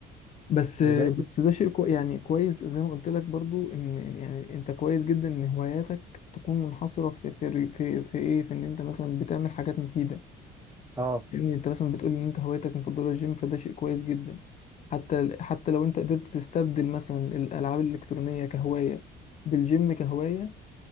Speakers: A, on the left; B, on the right.
A: بس
B: بقية
A: بس
B: ال-
A: ده شيء كو يعني كويس زي ما قلت لك برضو ان يعني انت كويس جدا ان هواياتك تكون منحصرة في في في, في ايه في ان انت مثلا بتعمل حاجات مفيدة
B: آه
A: لان انت مثلا بتقول ان انت هوايتك المفضله الجيم فده شيء كويس جدا حتى حتى لو انت قدرت تستبدل مثلا الالعاب الالكترونيه كهوايه بالجيم كهوايه